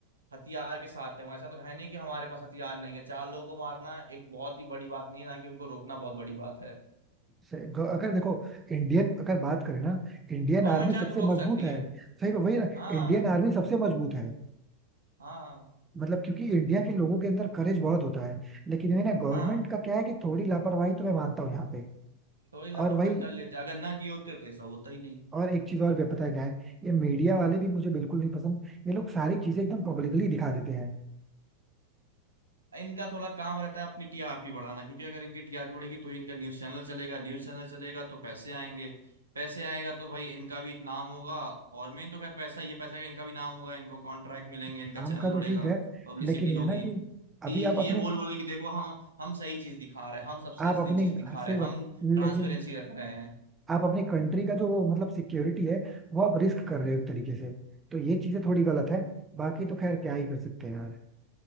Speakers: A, on the right; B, on the right.
A: हथियार के साथ है वो ऐसा तो है नहीं कि हमारे पास हथियार नहीं है चार लोगों को मारना एक बहुत ही बड़ी बात नहीं है ना कि उनको रोकना बहुत बड़ी बात है
B: सही- ग- अगर देखो इंडियन अगर बात करें ना इंडियन
A: गवर्नमेंट
B: आर्मी
A: चाहे
B: सबसे
A: तो रोक
B: मजबूत
A: सकती
B: है
A: है
B: सही बात- वही ना
A: हाँ
B: इंडियन आर्मी सबसे मजबूत है
A: हाँ
B: मतलब क्योंकि इंडिया के लोगों के अंदर करेज बहुत होता है लेकिन ये ना गवर्नमेंट
A: हाँ
B: का क्या है कि थोड़ी लापरवाही तो मैं मानता हूँ यहाँ पे
A: थोड़ी लापरवाही
B: और वही
A: कर लेते अगर ना किए होते तो ऐसा होता ही नहीं
B: और एक चीज और भी पता है क्या है ये मीडिया वाले भी मुझे बिल्कुल नहीं पसंद ये लोग सारी चीजें एकदम पब्लिकली दिखा देते हैं
A: इनका थोड़ा काम रहता है अपनी टीआरपी बढ़ाना क्योंकि अगर इनकी टीआरपी बढ़ेगी तो इनका न्यूज चैनल चलेगा न्यूज चैनल चलेगा तो पैसे आएंगे पैसे आएगा तो भाई इनका भी एक नाम होगा और मेन तो खैर पैसा ही है पैसा का इनका भी नाम होगा इनको कॉन्ट्रैक्ट मिलेंगे
B: नाम
A: इनका चैनल
B: का तो
A: बढ़ेगा
B: ठीक है
A: पब्लिसिटी
B: लेकिन ये
A: होगी
B: है ना कि अभी
A: कि
B: आप अपने
A: ये बोल बोल के कि देखो हम हम सही चीज दिखा रहे हैं हम सबसे
B: आप
A: असली
B: अपने
A: चीज दिखा रहे
B: से
A: हैं हम ट्रांसपेरेंसी
B: लेकिन
A: रख रहे हैं
B: आप अपनी कंट्री का जो वो मतलब सिक्योरिटी है वो आप रिस्क कर रहे हो एक तरीके से तो ये चीजें थोड़ी गलत है बाकी तो खैर क्या ही कर सकते हैं यार